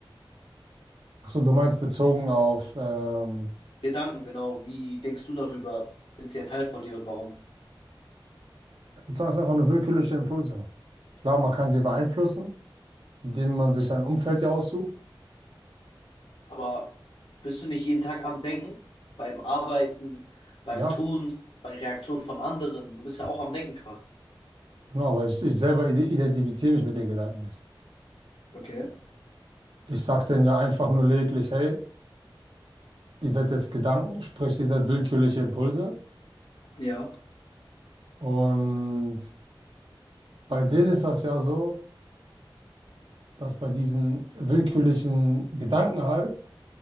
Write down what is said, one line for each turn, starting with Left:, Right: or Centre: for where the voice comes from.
Right: Ach so, du meinst bezogen auf, ähm,
Left: Gedanken, genau, wie denkst du darüber? Sind sie ein Teil von dir und warum?
Right: ich würde sagen, es sind einfach nur willkürliche Impulse. Klar, man kann sie beeinflussen, indem man sich sein Umfeld ja aussucht.
Left: Aber bist du nicht jeden Tag am Denken? Beim Arbeiten, beim
Right: Ja,
Left: Tun, bei Reaktionen von anderen. Du bist ja auch am Denken quasi.
Right: genau, aber ich, ich selber ide- identifiziere mich mit den Gedanken nicht.
Left: Okay.
Right: Ich sage denen ja einfach nur lediglich, hey, ihr seid jetzt Gedanken, sprich, ihr seid willkürliche Impulse.
Left: Ja.
Right: Und bei denen ist das ja so, dass bei diesen willkürlichen Gedanken halt